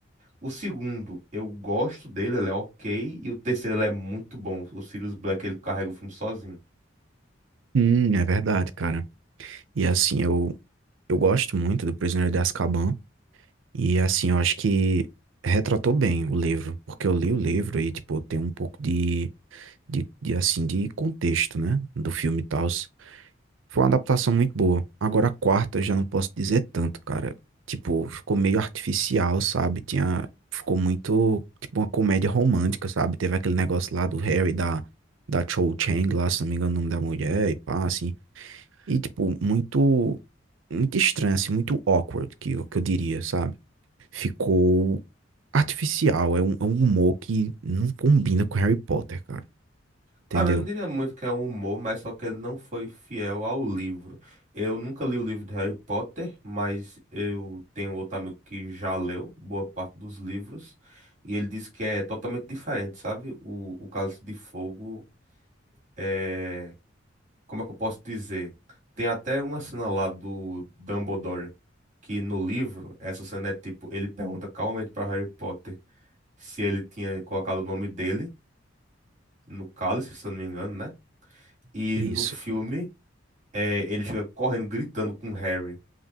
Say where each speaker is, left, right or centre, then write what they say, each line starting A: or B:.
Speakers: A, on the right; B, on the right.
A: O segundo, eu gosto dele, ele é ok. E o terceiro, ele é muito bom. O Sirius Black, ele carrega o filme sozinho.
B: Hum, é verdade, cara. E assim, eu, eu gosto muito do Prisioneiro de Azkaban. E assim, eu acho que retratou bem o livro. Porque eu li o livro e, tipo, tem um pouco de, de, de assim, de contexto, né? Do filme e tal. Foi uma adaptação muito boa. Agora a quarta eu já não posso dizer tanto, cara. Tipo, ficou meio artificial, sabe? Tinha, ficou muito, tipo, uma comédia romântica, sabe? Teve aquele negócio lá do Harry, da, da Cho Chang lá, se não me engano, o nome da mulher e pá, assim. E, tipo, muito, muito estranho, assim, muito awkward, que, eu- que eu diria, sabe? Ficou artificial, é um, é um humor que não combina com Harry Potter, cara. Entendeu?
A: Cara, eu não diria muito que é um humor, mas só que ele não foi fiel ao livro. Eu nunca li o livro de Harry Potter, mas eu tenho outro amigo que já leu boa parte dos livros. E ele disse que é totalmente diferente, sabe? O, o Cálice de Fogo é como é que eu posso dizer? Tem até uma cena lá do Dumbledore que no livro, essa cena é tipo, ele pergunta calmamente para Harry Potter se ele tinha colocado o nome dele no cálice, se eu não me engano, né? E
B: isso
A: no filme, é, ele chega correndo, gritando com Harry.